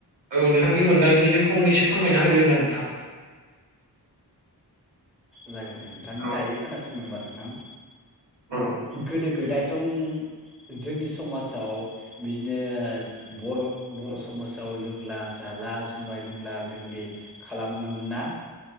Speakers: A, on the right; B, in the centre.
A: औ नोंथांनि मोनदांथिजों फंनैसो फोरमायना होदो होनदां नोंथां।
B: जागोनदे नोंथां
A: औ
B: दायो खोनासंदों ओमबा नोंथां
A: औ
B: गोदो गोदाय बाथन जोंनि समाजाव बिदिनो बर' बर' समाजाव लोंला जाला जुमाय लोंला लोंलि खालामोमोनना